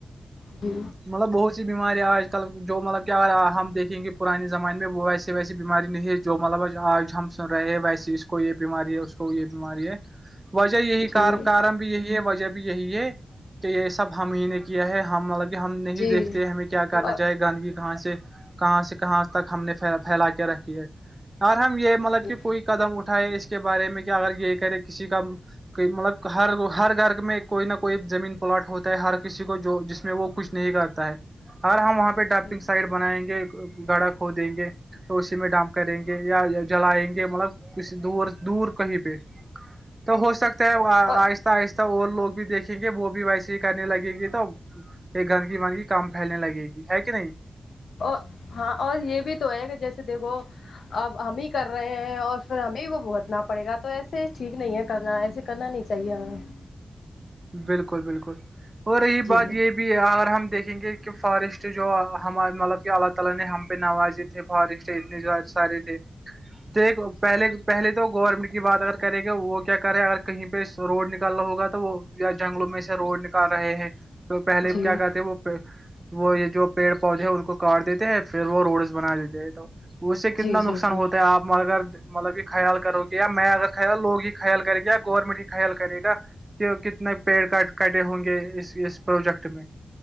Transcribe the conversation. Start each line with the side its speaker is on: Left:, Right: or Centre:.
Left: جی
Right: مطلب بہت سی بیماری آج کل جو مطلب کہ اگر ہم دیکھیں گے پرانے زمانے میں وہ ایسی ویسی بیماری نہیں جو مطلب آج ہم سن رہے ہیں ویسے اس کو یہ بیماری ہے اس کو یہ بیماری ہے وجہ یہی
Left: جی
Right: کار کارمب یہی ہے وجہ بھی یہی ہے کہ یہ سب ہم ہی نے کیا ہے ہم لگ ہم نہیں
Left: جی
Right: دیکتے ہمیں کیا کرنا
Left: اور
Right: چاہے گاندھیی کہاں سے کہاں سے کہاں تک ہم نے پھیلا کے رکھی ہے اور ہم یہ مطلب
Left: جی
Right: کہ کوئی قدم اٹھائے اس کے بارے میں کہ اگر یہ کرے کسی کا کہ مطلب ہر ہر گھر میں کوئی نہ کوئی زمین پلاٹ ہوتا ہے ہر کسی کو جو جس میں وہ کچھ نہیں کرتا ہے ہر ہم وہاں پہ ڈاپنگ
Left: جی
Right: سائٹ بنائیں گے گاڑا کھو دیں گے تو اسی میں ڈم کریں گے یا جلائیں گے مطلب کسی دور دور کہیں پہ تو ہو سکتا ہے
Left: اور
Right: آہستہ آہستہ اور لوگ بھی دیکھ دیکھیں گے وہ بھی ویسے ہی کرنے لگیں گے تو یہ گندگی وندگی کم پھیلنے لگے گی ہے کہ نہیں
Left: اور ہاں اور یہ بھی تو ہے کہ جیسے دیکھو اب ہم ہی کر رہے ہیں اور پھر ہمیں وہ بھگتنا پڑے گا تو ایسے ٹھیک نہیں ہے کرنا ایسے کرنا نہیں چاہیے چاہیے ہمیں
Right: بالکل بالکل اور رہی
Left: جی
Right: بات
Left: جی
Right: یہ بھی بھی اگر ہم دیکھیں گے کہ فارسٹ جو ہمار مطلب کہ اللہ تعا لا نے ہم پہ نوازے تھے فارسٹ اتنے ز سارے تھے تو پہلے پہلے تو گورنمنٹ کی بات اگر کرے گا وہ کیا کر رہے اگر کہیں پہ پ روڈ نکالنا ہوگا تو وہ یا جنگلوں میں سے روڈ نکال رہے ہیں تو پہلے
Left: جی
Right: کیا کہتے وہ وہ یہ جو پیڑ پودے ہے ان کو کاٹ دیتے ہیں پھر وہ روڈز بنا دیتے ہیں تو اس سے کتنا
Left: جی
Right: نقصان
Left: جی جی
Right: ہوتا ہے آپ مگر مطلب خیال کرو گی یا میں اگر خیال لوگ ہی خیال کرے گی یا گورنمنٹ ہی خیال کرے گا کیکہ اتنے پیڑ کٹ کٹے ہوں گے اس اس پروجیکٹ میں